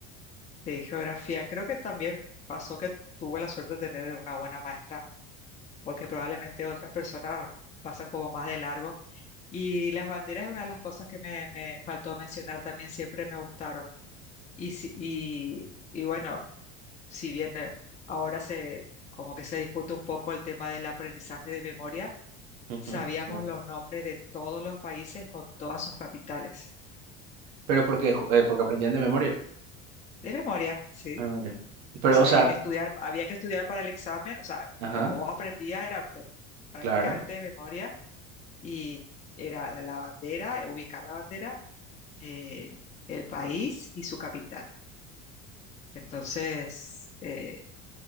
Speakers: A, on the left (about 25°); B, on the right (about 75°).
A: Sí, geografía. Creo que también pasó que tuve la suerte de tener una buena maestra, porque probablemente otras personas pasan como más de largo. Y las banderas es una de las cosas que me, me faltó mencionar también, siempre me gustaron. Y, si- y, y bueno, si bien eh, ahora se, como que se discute un poco el tema del aprendizaje de memoria,
B: Ujú,
A: Sabíamos
B: sí.
A: los nombres de todos los países con todas sus capitales.
B: Pero porque, ju- eh, porque aprendían de memoria,
A: De memoria, sí.
B: de memoria. Pero,
A: O sea,
B: o sea,
A: había que estudiar, había que estudiar para el examen. O sea,
B: ajá,
A: como vos aprendías, era pr- prácticamente
B: claro.
A: de memoria. Y era la, la bandera, eh, ubicar la bandera, el, el país y su capital. Entonces, eh,